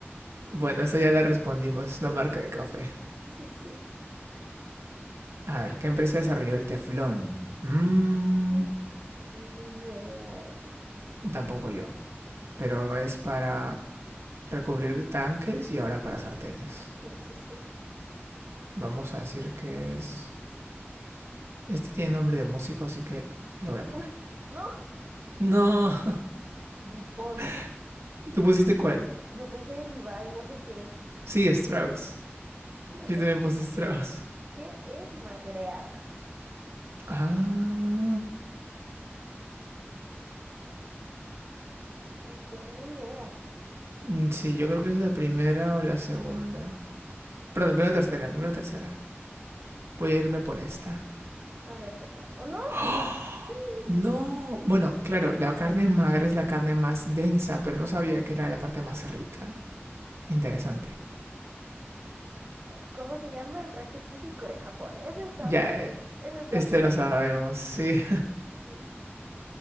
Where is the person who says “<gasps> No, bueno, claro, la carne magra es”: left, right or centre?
Right